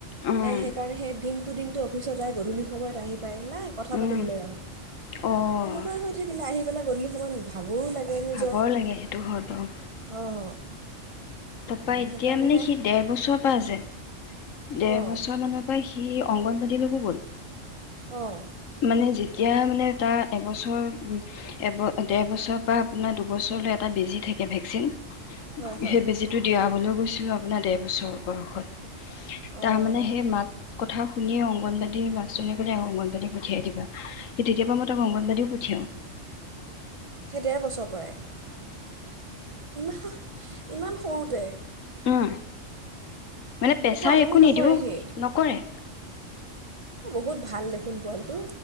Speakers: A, on the left; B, on the right.
A: অ',
B: সেইকাৰণে সেই দিন দুদিনটো অফিচত যায়। গধূলি সময়ত আহি নাই কথা
A: উম,
B: পাতিবলে আৰু
A: অ',
B: সেনেকুৱাই হৈ থাকিল। আহি তাকে গধলি সময়ত ভাগৰো লাগে। নিজৰ
A: ভাগৰ লাগে সেইটো হয় বাৰু।
B: অঁ
A: তাৰপা
B: উম,
A: এতিয়া
B: সেইকাৰণেহে
A: মানে সি ডেৰ বছৰৰ পৰা আছে। ডেৰ
B: অঁ
A: বছৰ মানৰ পৰা সি অক অংগনবাডী লৈকো গ'ল।
B: অঁ
A: মানে যেতিয়া মানে তাৰ এবছৰ এব দেৰ বছৰৰ পৰা আপোনাৰ দু বছৰলৈ এটা বেজি থাকে ভেকচিন,
B: হয় হয়
A: সেই বেজীটো দিয়াবলৈ গৈছিলোঁ আপোনাক ডেৰ বছৰ বয়সত
B: অঁ
A: তাৰমানে সেই মাত কথা শুনি অং অংগনবাডী মাষ্টৰনি সতে অংগনবাডী পঠিয়াই দিবা। স তেতিয়াৰ পৰা মই তাক অংগনবাডীও পঠিয়াওঁ।
B: সি ডেৰ বছৰ পৰাই <unintelligible> ইমান সৰুতে
A: অ। মানে পেছাৰ
B: আমনি
A: একো
B: নকৰে
A: নিদিও।
B: সি এ,
A: নকৰে।
B: বহুত ভাল দেখোন পোৱালিটো।